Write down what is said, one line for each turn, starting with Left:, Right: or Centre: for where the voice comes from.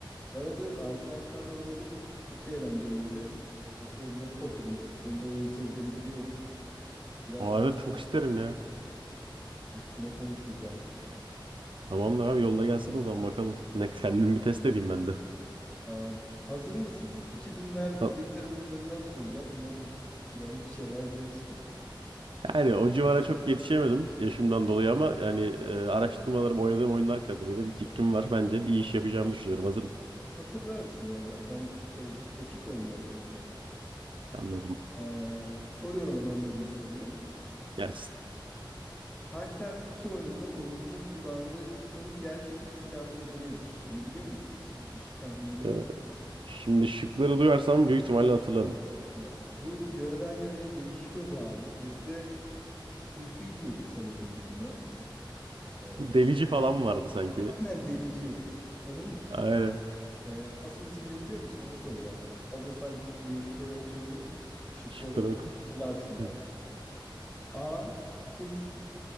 Left: Evet evet arkadaşlarla oynadık. Çok eğlenceliydi. O soruları topladım. Senin de oyun sevdiğini biliyorum. Biraz
Right: Aa,
Left: sana
Right: evet çok isterim ya.
Left: üstüne konuşuruz hem.
Right: Tamamdır abi yolla gelsin o zaman bakalım. Ne kendim bir test edeyim ben de.
Left: Tamam. Hazır mısın? 2000'ler bilgisayar
Right: Ha,
Left: oyunlarından soracağım. Umarım biraz bir şeyler biliyorsundur.
Right: Yani o civara çok yetişemedim yaşımdan dolayı ama yani e, araştırmalarım oynadığım oyunlar kadarıyla bir fikrim var. Bence iyi iş yapacağımı düşünüyorum. Hazırım.
Left: Hatırlarsın ya zaten şey epik oyunlar hepsi.
Right: Anladım.
Left: Ee, soruyorum hemen birinci soruyu.
Right: Gelsin.
Left: Half-Life iki oyununda oyuncunun kullandığı ikonik yer çekimi silahının adı nedir? Bunu biliyor musun? Hiçbir tahminin var
Right: Ee,
Left: mı?
Right: şimdi şıkları duyarsam büyük ihtimalle hatırlarım.
Left: Tamam. Bu yöreden yöreye değişiyordu abi. Bizde fıy fıy diyorduk sanırım biz buna. Ee,
Right: Bu delici falan vardı sanki.
Left: aynen delici. Onun
Right: Aynen.
Left: e, asıl ismini biliyor musun? Onu soracağım. Hazırsan bir şeyleri söyleyeyim. Şıkları
Right: Şıklara oku.
Left: hatırlarsın belki.
Right: Hı hı.
Left: A. Pulse